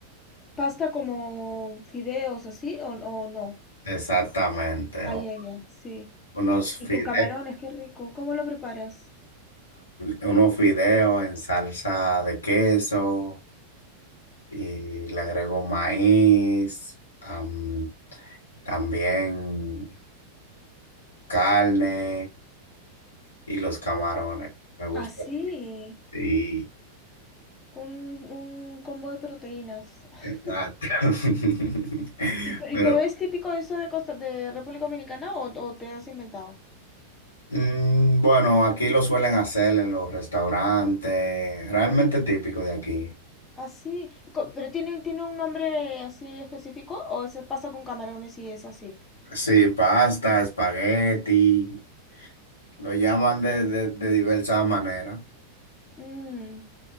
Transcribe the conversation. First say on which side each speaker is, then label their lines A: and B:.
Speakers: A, on the left (about 20°); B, on the left (about 75°).
A: ¿Pasta como fideos así o, o no?
B: Exactamente,
A: Ay,
B: u-
A: ay, ay, sí.
B: unos fideos,
A: Y con camarones, qué rico. ¿Cómo lo preparas?
B: unos fideos en salsa de queso y le agrego maíz, am, también carne. Y los camarones, me gusta.
A: Así,
B: Sí,
A: un, un combo de proteínas. <laughs>
B: exacto. <laughs>
A: Y, pero
B: Pero
A: y- pero es típico eso de Costa, de República Dominicana o, o te has inventado?
B: mm, bueno, aquí lo suelen hacer en los restaurantes, realmente típico de aquí.
A: Así, co- pero tiene, tiene un nombre así específico o es pasta con camarones y es así.
B: Sí, pasta, espagueti, lo llaman de, de, de diversas maneras.
A: Mm.